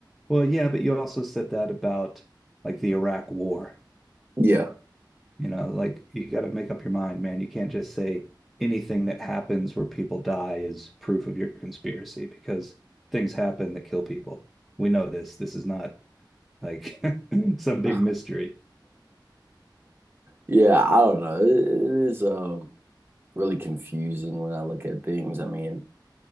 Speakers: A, in the centre; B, on the right.
A: Well, yeah, but you also said that about like the Iraq War.
B: yeah,
A: You know, like you got to make up your mind, man. You can't just say anything that happens where people die is proof of your conspiracy because things happen that kill people. We know this. This is not like <laughs> some big
B: <laughs>
A: mystery.
B: yeah. I don't know. It, it is um, really confusing when I look at things. I mean,